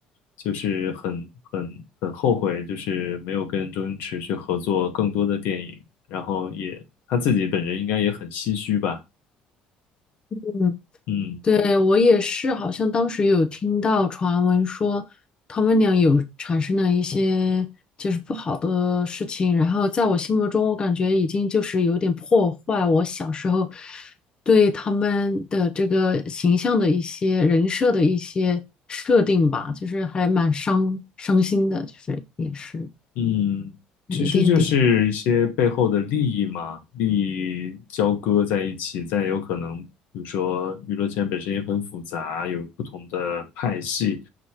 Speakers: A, on the left (about 75°); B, on the left (about 30°).
A: 就是很很很后悔，就是没有跟周星驰去合作更多的电影，然后也他自己本人应该也很唏嘘吧，
B: 嗯
A: 嗯。
B: 对，我也是，好像当时有听到传闻说他们俩有产生了一些就是不好的事情，然后在我心目中，我感觉已经就是有点破坏我小时候对他们的这个形象的一些人设的一些设定吧，就是还蛮伤伤心的，就是也是
A: 嗯，
B: 有一点点，
A: 其实就是一些背后的利益嘛，利益交割在一起，再有可能，比如说娱乐圈本身也很复杂，有不同的派系，